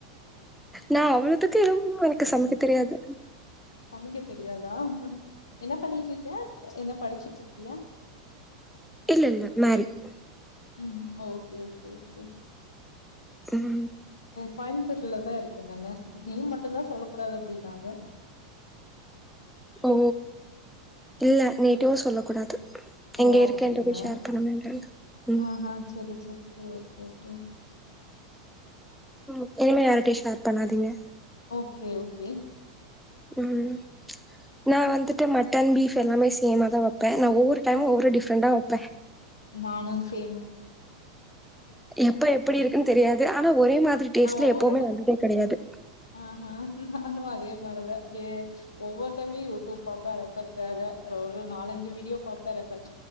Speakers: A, in the centre; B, on the left (about 85°).
A: நான் அவ்ளத்துக்கு எதுவும் எனக்கு சமைக்கத் தெரியாது
B: சமைக்கத் தெரியாதா என்ன பண்ணிட்டு இருக்கே என்ன படிச்சுட்டு இருக்கியா
A: இல்ல இல்ல மேரிடு
B: ம் ஓகே ஓகே ஓகே
A: ம்
B: கோயம்புத்தூர்ல தான் இருக்கக நானு நேம் மட்டும்தான் சொல்லக் கூடாது அப்டின்னாங்க
A: ஓ இல்ல நேட்டவும் சொல்லக் கூடாது
B: ஓ
A: எங்க
B: அப்டியா
A: இருக்கேன்றத ஷேர் பண்ண வேண்டாங்க ம்
B: ஆ ஹா செரி செரி செரி ஓகே ஓகே
A: ம் இனிமே யாருட்டயும் ஷேர் பண்ணாதீங்க.
B: ஓகே ஓகே
A: ம் நான் வந்துட்டு மட்டன், பீஃப் எல்லாமே சேமா தான் வைப்பேன் நான் ஒவ்வொரு டைம் ஒவ்வொரு டிஃப்ரண்டா வைப்பே
B: நானும் சேம்
A: எப்ப எப்டி இருக்குன்னு தெரியாது ஆனா ஒரே மாதிரி டேஸ்ட்ல
B: நான் ஒவ்வொருட
A: எப்பவுமே வந்ததே கெடையாது
B: ஆ நானும் அதே மாரித ஒவ்வொரு டைமும் யூடியூப் பாப்பே ரெஃபர் காக ஒரு நாலஞ்சு வீடியோ பாப்பே ரெஃபர்